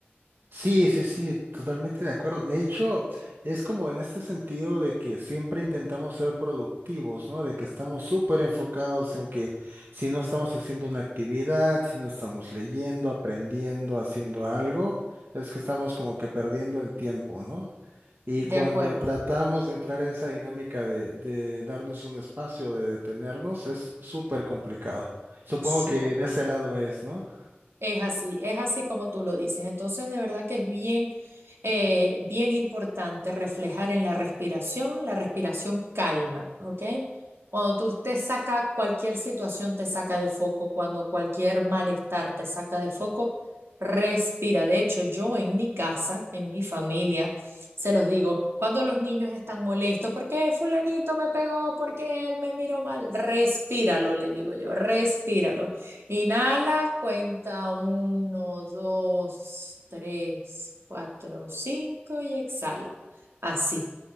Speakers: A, on the right (about 60°); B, on the right (about 75°).
A: sí, sí, sí, totalmente de acuerdo. De hecho, es como en este sentido de que siempre intentamos ser productivos, ¿no? De que estamos súper enfocados en que si no estamos haciendo una actividad, si no estamos leyendo, aprendiendo, haciendo algo, es que estamos como que perdiendo el tiempo, ¿no? Y
B: De
A: cuando
B: acuerdo.
A: tratamos de entrar en esa dinámica de, de darnos un espacio, de detenernos, es súper complicado. Supongo
B: Súper.
A: que de ese lado es, ¿no?
B: Es así, es así como tú lo dices. Entonces, de verdad que es bien, eh, bien importante reflejar en la respiración. La respiración calma, ¿ok? Cuando tú te saca cualquier situación, te saca de foco. Cuando cualquier malestar te saca de foco, respira. De hecho, yo en mi casa, en mi familia, se los digo, cuando los niños están molestos, porque fulanito me pegó, porque él me miró mal, respíralo, le digo yo, respíralo. Inhala, cuenta uno, dos, tres, cuatro, cinco y exhala. Así.